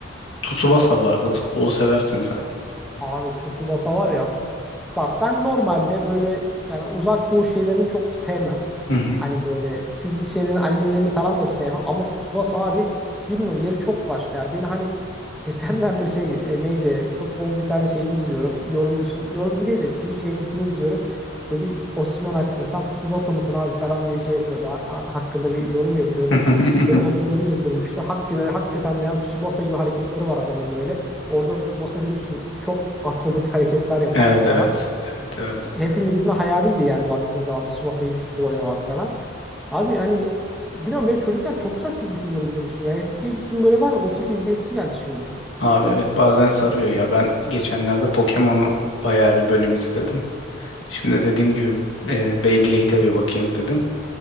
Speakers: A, on the left; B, in the centre.
A: Tsubasa vardı. Futbolu seversin sen.
B: abi Tsubasa var ya Bak ben normalde böyle yani uzak doğu şeylerini çok sevmem.
A: Hı hı.
B: Hani böyle çizgi şeylerin animelerini falan da sevmem. Ama Tsubasa abi bilmiyorum yeri çok başka ya. Beni hani <laughs> geçenlerde şey e, neydi futbol bir tane şeyini izliyorum. Yorumcusun yorumcu değil de Twitch yayıncısını izliyorum. Dedi Osimhen hakkında sen Tsubasa mısın abi falan diye şey yapıyordu. Ha- ha- hakkında bir yorum yapıyordu.
A: <laughs>
B: Beni o günleri götürmüştü. Hakikaten, hakikaten de yani Tsubasa gibi hareketleri var adamın böyle. Orada Tsubasa biliyorsun çok akrobatik hareketler yapardı
A: Evet
B: falan
A: evet. Evet evet.
B: hepimizin de hayaliydi yani baktığın zaman Tsubasa iyi futbol oynamak falan. Abi hani bilmiyorum benim çocukken çok güzel çizgi filmler izlemişim ya. Eskiye gittim böyle var ya oturup izleyesim geldi şimdi.
A: Abi evet bazen sarıyor ya. Ben geçenlerde Pokemon'u bayağı bir bölüm izledim. Şimdi dediğim gibi eee Beyblade'e bir bakayım dedim.